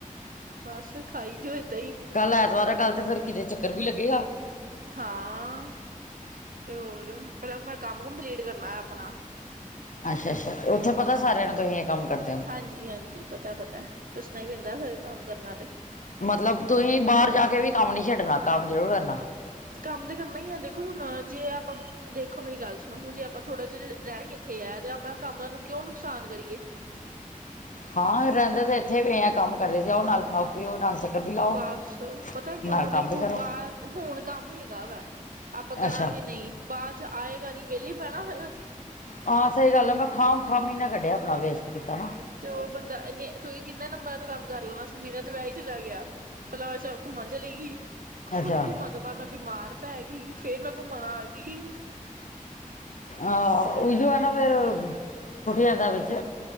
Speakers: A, on the right; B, on the left.
A: ਬਸ ਖਾਈ ਜਾਓ ਏਦਾਂ ਹੀ।
B: ਕੱਲ੍ਹ ਐਤਵਾਰ ਕੱਲ ਤੇ ਫਿਰ ਕਿਤੇ ਚੱਕਰ ਵੀ ਲੱਗੇਗਾ।
A: ਹਾਂ ਚੋਰ। ਪਹਿਲਾ ਮੈਂ ਕੰਮ ਕੰਪਲੀਟ ਕਰਨਾ ਆਪਣਾ।
B: ਅੱਛਾ ਅੱਛਾ ਉੱਥੇ ਪਤਾ ਸਾਰਿਆਂ ਨੂੰ ਤੁਂਹੀ ਇਹ ਕੰਮ ਕਰਨਾ।
A: ਹਾਂਜੀ-ਹਾਂਜੀ ਪਤਾ- ਪਤਾ ਦੱਸਣਾ ਹੀ ਪੈਦਾ ਫਿਰ ਕੰਮ ਕਰਨਾ ਤੇ।
B: ਮਤਲਬ ਤੁਸੀਂ ਬਾਹਰ ਜਾ ਕੇ ਵੀ ਕੰਮ ਨੀ ਛੱਡਣਾ ਕੰਮ ਜ਼ਰੂਰ ਕਰਨਾ।
A: ਕੰਮ ਤੇ ਕਰਨਾ ਹੀ ਐ। ਦੇਖੋ ਹੁਣ ਜੇ ਆਪਾਂ। ਦੇਖੋ ਮੇਰੀ ਗੱਲ ਸੁਣੋ। ਹੁ ਜੇ ਆਪਾਂ ਥੋੜ੍ਹਾ ਜਿਹਾ ਰਹਿਣਾ ਹੀ ਇੱਥੇ ਆ ਤੇ ਆਪਣਾ ਕੰਮ ਉਹ ਨੂੰ ਕਿਉਂ ਨੁਕਸਾਨ ਕਰੀਏ। <inaudible>
B: ਹਾਂ ਰਹਿੰਦੇ ਤਾਂ ਇੱਥੇ ਵੀ ਆ ਕੰਮ ਕਰਦੇ ਸੀ। ਉਹ ਨਾਲ ਖਾ ਪੀਓ, ਨਾਲ ਵੀ ਲਾਓ
A: ਬਸ ਪਤਾ ਕਿਉਂ
B: ਨਾਲ ਕੰਮ
A: ਦੇਖੋ
B: ਵੀ ਕਰੋ
A: ਬਾਹਰ ਹੁਣ ਕੰਮ ਹੈਗਾ ਵਾ। ਆਪਾਂ ਕਰਾਂਗੇ
B: ਅੱਛਾ
A: ਨਹੀਂ ਬਾਅਦ ਚ ਆਏਗਾ ਨਹੀਂ ਵਿਹਲੇ ਬਹਿਣਾ ਫਿਰ।
B: ਹਾਂ ਸਹੀ ਗੱਲ ਆ ਮੈਂ ਖਾਮ-ਖਾਮ ਮਹੀਨਾ ਕੱਢਿਆ ਆਪਣਾ ਵੇਸਟ ਕੀਤਾ ਨਾ।
A: ਚੋਰ ਬੰਦਾ ਇਨੇ ਤੁਸੀਂ ਕਿੰਨੇ ਨੰਬਰਾਂ ਤੋਂ ਕੰਮ ਕਰ ਲੈਣਾ ਸੀ। ਮੇਰਾ ਤੇ ਵਿਆਹ ਹੀ ਚਲਾ ਗਿਆ। ਪਲਾ ਚ ਘੁੰਮਣ ਚਲੀ ਗਈ। ਘੁੰਮਣ
B: ਅੱਛਾ
A: ਤੋਂ ਬਾਅਦ। ਮੈਂ ਬਿਮਾਰ ਪੈ ਗਈ ਫੇਰ ਮੈਂ ਘੁੰਮਣ ਆ ਗਈ।
B: ਆਹ ਉਹੀਏ ਨਾ ਫੇਰ ਛੁੱਟ ਜਾਂਦਾ ਵਿੱਚ।